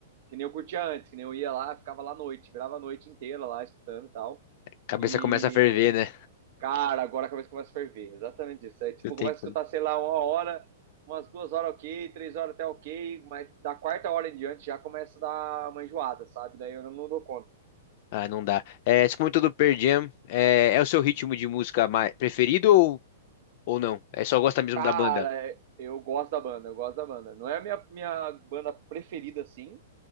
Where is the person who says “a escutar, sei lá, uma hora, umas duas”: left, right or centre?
Right